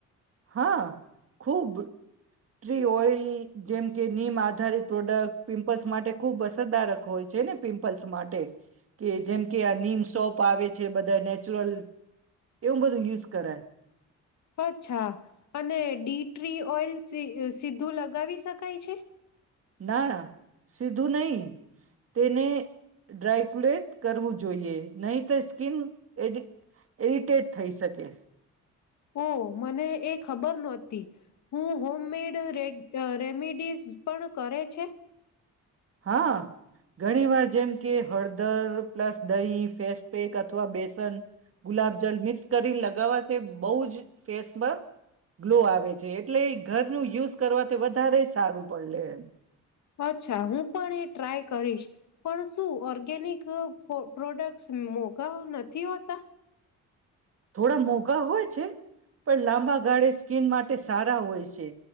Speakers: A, on the right; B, on the left.
A: હા. ખુબ ટ્રી ઓઈલ જેમ કે નિમ આધારિત પ્રોડક્ટ પિમ્પલ્સ માટે ખૂબ અસરકારારક હોય છે ને પિમ્પલ્સ માટે કે જેમ કે આ નીમ સોપ આવે છે બધા નેચરલ એવું બધું યુઝ કરે.
B: અચ્છા અને ડી ટ્રી ઓઈલ સી સીધું લગાવી શકાય છે.
A: ના સીધું નહી તેને ડ્રાયકુલેટ કરવું જોઈએ. નહી તો સ્કિન એડિ ઇરિટેટ થઈ શકે.
B: ઓહ! મને એક ખબર નોતી હું હોમડ રેડ રેમિડીિઝ પણ કરે છે.
A: હા. ઘણી વાર જેમ કે હળદર પ્લસ. દહી ફેસ્ પેક અથવા બેસન ગુલાબજલ મિક્સ કરી લગાવવાથી બહુ જ ફેસપર ગ્લો આવે છે એટલે એ ઘરનું યુઝ કરવાથી વધારે સારું પડે લે એમ.
B: અચ્ ચ્છા હું પણ એ ટ્રાય કરીશ પણ શું ઓર્ગેનિક પ્રોડક્ટસ મોઘા નથી હોતા.
A: થોડા મોઘા હોય છે પણ લાંબા ગાળે સ્કીિન માટે સારા હોય છે.